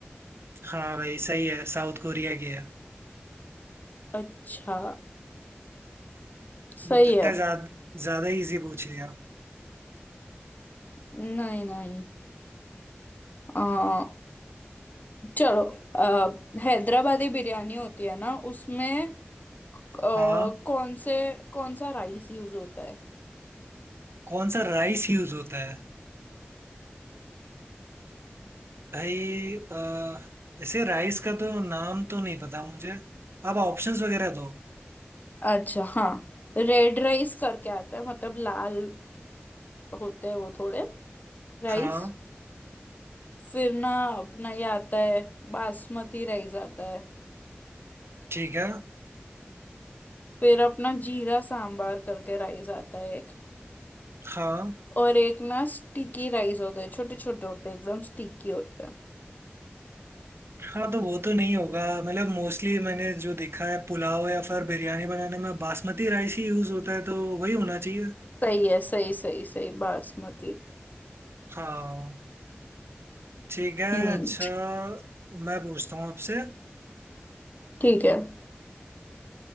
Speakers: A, on the right (about 80°); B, on the left (about 45°).
A: हाँ भाई सही है साउथ कोरिया की है
B: अच्छा सही
A: लगता
B: है
A: है ज्यादा ज्यादा इजी पूछ लिया
B: नहीं नहीं आ, चलो आ, हैदराबादी बिरयानी होती है ना उसमें आ, कौन
A: हाँ
B: से कौन सा राइस यूज होता है
A: कौन सा राइस यूज होता है भाई अ, ऐसे राइस का तो नाम तो नहीं पता मुझे आप ऑप्शंस वगैरह दो
B: अच्छा हाँ रेड राइस करके आता है मतलब लाल होते हैं वो थोड़े राइस
A: हाँ
B: फिर ना अपना ये आता है बासमती राइस आता है
A: ठीक है
B: फिर अपना जीरा सांबार करके राइस आता है एक
A: हाँ
B: और एक ना स्टिकी राइस होता है छोटे छोटे होते हैं एकदम स्टिकी होते हैं
A: हाँ तो वो तो नहीं होगा मतलब मोस्टली मैंने जो देखा है पुलाव या फिर बिरयानी बनाने में बासमती राइस ही यूज होता है तो वही होना चाहिए
B: सही है सही सही सही बासमती
A: हाँ ठीक है
B: हम्म
A: अच्छा मैं पूछता हूँ आपसे
B: ठीक है